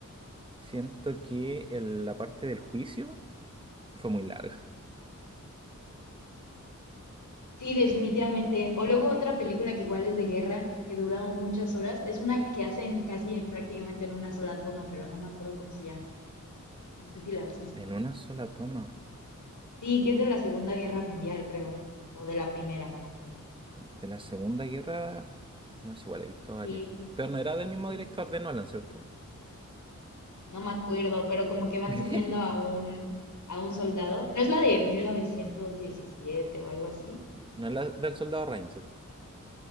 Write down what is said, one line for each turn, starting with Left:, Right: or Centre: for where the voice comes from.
Right: Siento que el- la parte del juicio fue muy larga.
Left: Sí, definitivamente. O luego otra película que igual es de guerra, que dura muchas horas, es una que hacen casi en- prácticamente en una sola toma, pero no me acuerdo cómo se llama. No sé si la has visto.
Right: En una sola toma
Left: Sí, que es de la Segunda Guerra Mundial, creo, o de la Primera, no me acuerdo.
Right: de la Segunda Guerra, no es igual, he visto varias.
Left: Sí,
Right: Pero no era del mismo
Left: y
Right: director de Nolan, ¿cierto?
Left: no me acuerdo, pero como que van
Right: <laughs>
Left: siguiendo a un a un soldado. ¿No es la de 1917 o algo así?
Right: No es la del Soldado Ryan, ¿cierto?